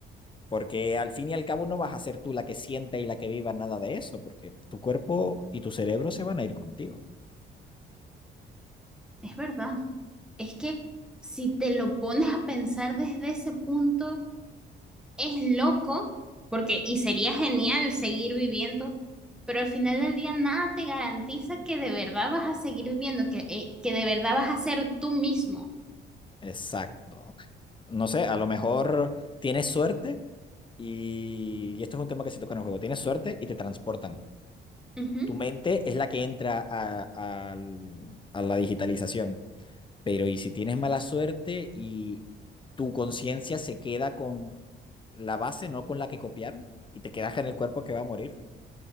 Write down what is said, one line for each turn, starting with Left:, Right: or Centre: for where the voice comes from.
Left: Porque al fin y al cabo no vas a ser tú la que sienta y la que viva nada de eso, porque tu cuerpo y tu cerebro se van a ir contigo.
Centre: Es verdad. Es que si te lo pones a pensar desde ese punto, es loco, porque, y sería genial seguir viviendo, pero al final del día nada te garantiza que de verdad vas a seguir viviendo, que, eh, que de verdad vas a ser tú mismo.
Left: Exacto. No sé, a lo mejor tienes suerte y, y esto es un tema que se toca en el juego. Tienes suerte y te transportan.
Centre: Ujú.
Left: Tu mente es la que entra a, a- al- a la digitalización, pero ¿y si tienes mala suerte y tu conciencia se queda con la base, no con la que copiaron, y te quedas en el cuerpo que va a morir?